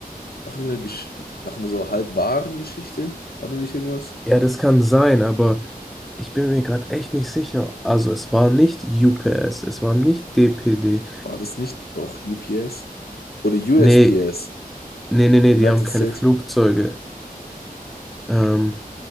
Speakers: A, on the left (about 85°); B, in the centre.
A: nach irgendeiner, Gesch nach einer so halb wahren Geschichte? War da nicht irgendwas?
B: ja, das kann sein, aber. Ich bin mir gerade echt nicht sicher. Also es war nicht UPS, es war nicht DPD.
A: War das nicht doch UPS? Oder USPS?
B: Nee, nee, nee, nee,
A: United
B: die haben keine
A: States?
B: Flugzeuge. Ähm,